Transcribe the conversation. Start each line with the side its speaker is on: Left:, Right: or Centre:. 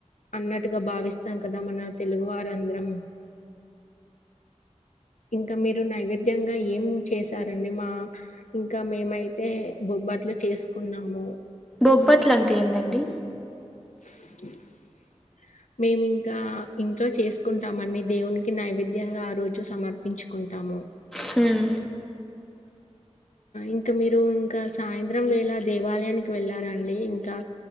Left: అన్నట్టుగా భావిస్తాం కాదా మన తెలుగువారందరం ఇంకా మీరు నైవేద్యంగా ఏం మ్ చేశారంండి మా ఇంకా మేమైతే బొ బాట్లు చేసుకున్నాము.
Centre: బొబ్బట్లు అంటే ఏందండి?
Left: <inaudible> మేము ఇంకా ఇంట్లో చేసుకుంటామండి దేవునికి నైవేద్యంగా ఆ రోజు సమర్పించుకుంటాం. ఏమో
Centre: హుమ్
Left: ఇంకా మీరు ఇంకా సాయంత్రం వేళ దేవాలయానికి వెళ్ళారాండి ఇంకా